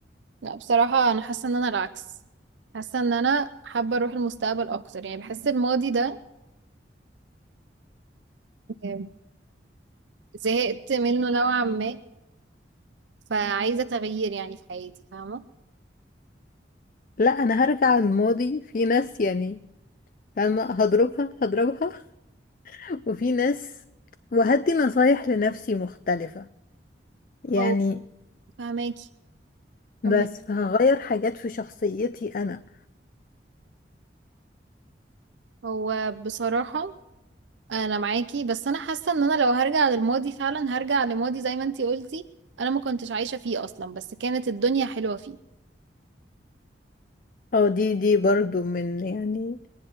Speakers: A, on the right; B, on the left.
A: لا بصراحة انا حاسة ان انا العكس حاسة ان انا حابة اروح المستقبل اكتر يعني بحس الماضي ده آه، زهقت منه نوعا ما فعايزة تغيير يعني في حياتي فاهمة
B: لا انا هرجع الماضي في ناس يعني فاهمة هضربها هضربها <laughs> وفي ناس وهدي نصايح لنفسي مختلفة يعني
A: هو فهماكي كملي
B: بس فهغير حاجات في شخصيتي أنا
A: هو بصراحة انا معاكي بس انا حاسة ان انا لو هرجع للماضي فعلا هرجع لماضي زي ما انتي قلتي انا ما كنتش عايشة فيه اصلا بس كانت الدنيا حلوة فيه
B: اه دي دي برضو من يعني